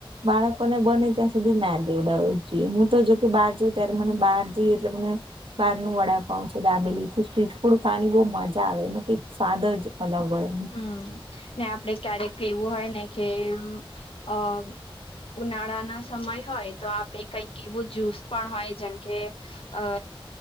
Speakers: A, on the right (about 70°); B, on the left (about 75°).
A: બાળકોને બને ત્યાં સુધી ના દેવડાવવું જોઈએ, હું તો જો કે બાજુ. અત્યારે મને બહાર જઈએ એટલે મને. બહાર નું વડાપઉ છે. દાબેલી થી સ્ટ્રીટ ફૂડ ખાવાની બહુ મજા આવે એ કઈક સ્વાદ જ અલગ હોય.
B: હમ ને આપડે ક્યારેક એવું હોય ને કે અ. ઉનાળા ના સમય હોય તો આપે કઈક એવું જ્યુસ પણ હોય જેમ કે અ